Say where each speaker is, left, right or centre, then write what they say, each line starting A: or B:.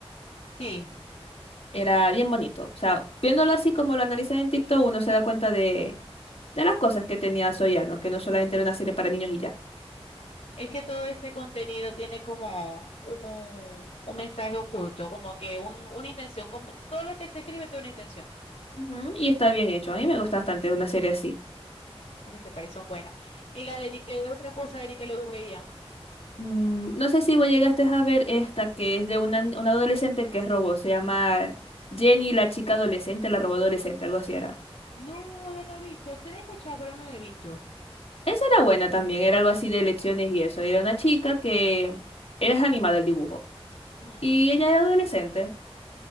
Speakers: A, on the left; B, on the left.
A: Sí,
B: Era bien bonito. O sea, viéndolo así como lo analizan en TikTok, uno se da cuenta de de las cosas que tenía Soyano, que no solamente era una serie para niños y ya.
A: Es que todo ese contenido tiene como un, un mensaje oculto, como que un- una intención, como todo lo que se escribe tiene una intención,
B: Ujú, Y está bien hecho, a mí me gusta bastante una serie así.
A: para que sepáis, son buenas. Y la de Nickelodeon, otra cosa de Nickelodeon veía.
B: Mm, no sé si vos llegaste a ver esta que es de una, una adolescente que es robot, se llama Jenny la chica adolescente, la robot adolescente, algo así era.
A: No, no la he visto, sí la he escuchado, pero no la he visto.
B: Esa era buena también, era algo así de lecciones y eso. Era una chica que era animada el dibujo
A: Ujú,
B: y ella era adolescente